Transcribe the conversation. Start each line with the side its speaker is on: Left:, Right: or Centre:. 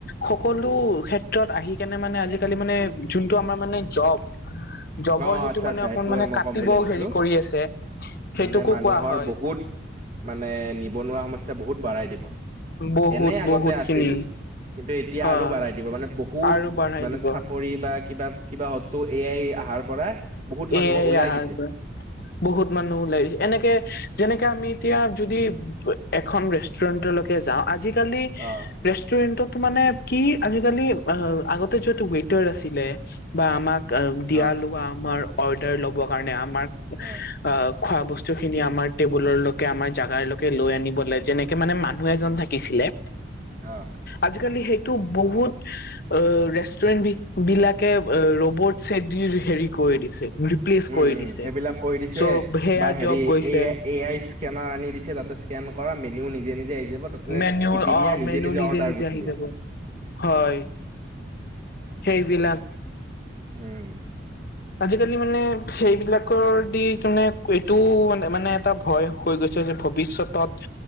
Left: সকলো ক্ষে ত্ৰত আহি কেনে মানে আজিকালি মানে যোনটো আমাৰ মানে জব জবৰ
Right: অ'
Left: সেইটো
Right: আচ্ছা
Left: মানে
Right: আচ্ছা
Left: অকণ
Right: সেইটোয়ে
Left: মানে
Right: মই
Left: কাটিবও
Right: ক'ম বুলি ভাবিছিলো
Left: হেৰি কৰি আছে সেইটোকো
Right: মানে মানুহৰ
Left: কোৱা হয়।
Right: বহুত মানে নিবনুৱা সমস্যা বহুত বাঢ়াই দিব,
Left: বহুত
Right: এনে আগতে
Left: বহুত
Right: আছিল
Left: খিনি
Right: কিন্তু এতিয়া
Left: হয়
Right: আৰু বাঢ়াই দিব মানে বহুত
Left: আৰু বঢ়াই
Right: মানে
Left: দিব
Right: চাকৰি বা কিবা কিবা হয়তো এ আই আহাৰ পৰা বহুত মানুহ
Left: এ
Right: ওলাই
Left: আহাৰ
Right: দিছে
Left: পৰা বহুত মানুহ ওলাইছে এনেকে যেনেকে আমি এতিয়া যদি এখন ৰেষ্টুৰেন্টলৈকে যাওঁ আজিকালি
Right: অ'
Left: ৰেষ্টুৰেন্টত মানে কি আজিকালি আ আগতে য'ত ৱেটাৰ আছিলে বা আমাক আ দিয়া
Right: অ'
Left: লোৱা আমাৰ অৰ্ডাৰ ল'ব কাৰণে আমাক
Right: অ'
Left: আ খোৱা বস্তুখিনি আমাৰ টেবুলৰলৈকে আমাৰ জাগাৰলৈকে লৈ আনিব লাগে যেনেক কে মানে মানুহ এজন থাকিছিলে
Right: অ।
Left: আজিকালি সেইটো বহুত আ ৰেষ্টুৰেণ্ট বি বিলাকে আ ৰ'বট চেড্ৰিৰ হেৰি কৰি দিছে, <unintelligible>
Right: উম উম
Left: দিছে
Right: সেইবিলাক কৰি দিছে
Left: চ' সেয়া
Right: বা হেৰি
Left: জব গৈছে
Right: এ আ এ আই স্কেনাৰ আনি দিছে তাতে স্কেন কৰা মেনু নিজে নিজে আহি যাব তাতে
Left: মেনু
Right: টিপি
Left: অ
Right: দিয়া নিজে
Left: মেনু
Right: নিজে অৰ্ডাৰ গুছি
Left: আহি
Right: যায়।
Left: যাব হয় সেইবিলাক
Right: উম।
Left: আজিকালি মানে সেইবিলাকৰ দি মানে এইটোও মানে মানে এটা ভয় কৈ গৈছে যে ভৱিষ্যতত